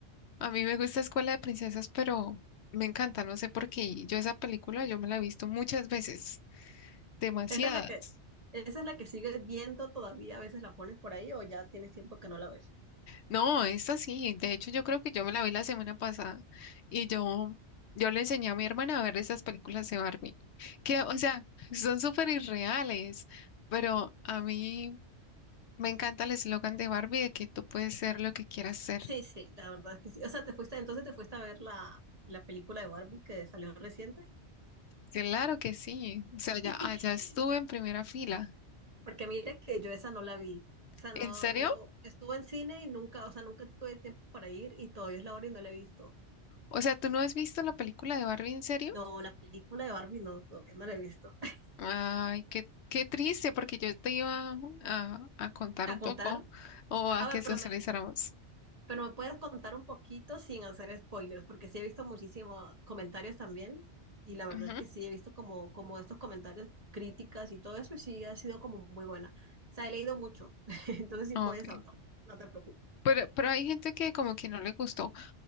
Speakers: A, on the left; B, on the right.
A: A mí me gusta Escuela de Princesas, pero me encanta, no sé por qué. Yo esa película yo me la he visto muchas veces, demasiadas.
B: Esa es la que, esa es la que sigues viendo todavía, a veces la pones por ahí o ya tienes tiempo que no la ves.
A: No, esta sí, de hecho yo creo que yo me la vi la semana pasada y yo, yo le enseñé a mi hermana a ver esas películas de Barbie, que o sea, son súper irreales, pero a mí me encanta el eslogan de Barbie de que tú puedes ser lo que quieras ser.
B: Sí, sí, la verdad es que sí. O sea, te fuiste, entonces te fuiste a ver la, la película de Barbie que salió reciente.
A: Claro que sí, o sea, ya,
B: <laughs>
A: allá estuve en primera fila.
B: Porque mira que yo esa no la vi. O sea,
A: ¿En
B: no,
A: serio?
B: no, estuve en cine y nunca, o sea, nunca tuve tiempo para ir y todavía es la hora y no la he visto.
A: O sea, ¿tú no has visto la película de Barbie en serio?
B: No, la película de Barbie no, todavía no la he visto. <laughs>
A: Ay, qué, qué triste, porque yo te iba a, a contar un
B: A
A: poco
B: contar,
A: o a
B: a
A: que
B: ver,
A: socializáramos.
B: pero me, pero me puedes contar un poquito sin hacer spoilers, porque sí he visto muchísimos comentarios también y la verdad
A: Ujú.
B: es que sí he visto como, como estos comentarios, críticas y todo eso y sí ha sido como muy buena. O sea, he leído mucho, <laughs> entonces sí
A: Ah,
B: puedes
A: Ok.
B: hablar, no te preocupes.
A: Pero, pero hay gente que como que no le gustó.